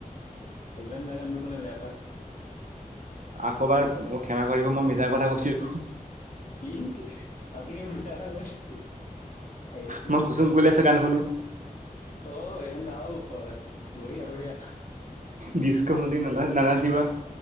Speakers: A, on the left; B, on the right.
A: ভূপেন দা গানটো কোনে বেয়া পায়।
B: আকৌবাৰ মোক ক্ষমা কৰিব মই মিছাৰ কথা কৈছোঁ।
A: কি আপুনিও মিছা কথা কৈছে। হেৰি
B: মই
A: উম,
B: কুচুম কৈলাশৰ গান শুনো
A: অহ' এইজনী টো আৰু ওপৰত। বঢ়িয়া বঢ়িয়া
B: ডিচস্কো ভণ্টি নানাচিবা।